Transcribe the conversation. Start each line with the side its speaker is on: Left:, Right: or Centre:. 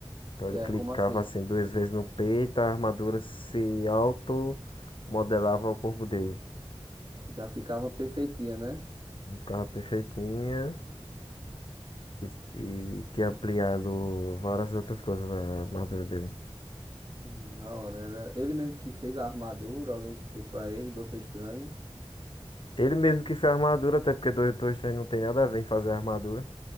Left: Então
Right: É,
Left: ele clicava
Right: como assim?
Left: assim duas vezes no peito, a armadura se auto-modelava ao corpo dele.
Right: Já ficava perfeitinha, né?
Left: Não Ficava perfeitinha e, e tinha ampliado várias outras coisas na armadura dele.
Right: Hum, Da hora. Era ele mesmo que fez a armadura, alguém que fez pra ele, Doutor Estranho.
Left: Ele mesmo que fez a armadura, até porque 223 não tem nada a ver em fazer a armadura.